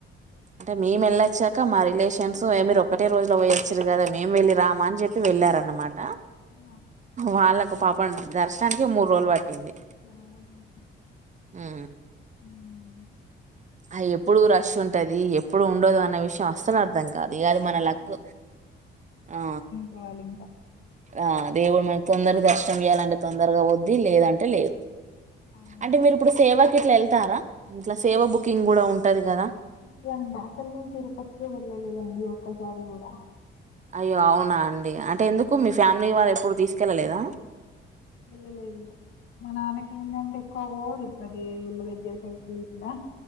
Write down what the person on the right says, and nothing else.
అంటే మేము వెళ్ళొచ్చాక మా రిలేషన్స్ మీరు ఒకటే రోజు లో పోయొచ్చారు కదా మేము వెళ్ళి రామ అని చెప్ వెళ్ళారనమాట
వాళ్ళకు పాపం దర్శనానికి మూడు రోజులు పట్టింది
ఆ
అ ఎప్పుడు రష్ ఉంటది ఎప్పుడు ఉండదు అన్న శాస్త్రనార్థం కాదు ఇ అది
మన లక్ ఆ
ఆ దేవుడు మన తొందర దర్శనం చేయాలంటే తొందరగా వద్ది లేదంటే లేదు
అంటే మీరిప్పుడు సేవాకి ఇట్లా వెళ్తారా ఇంట్లా సేవ బుకింగ్ కూడా ఉంటది కదా
అయ్యో అవునా అండి అంటే ఎందుకు మీ ఫ్యామిలీ వాళ్ళ ఎప్పుడు తీసుకెళ్ళలేదా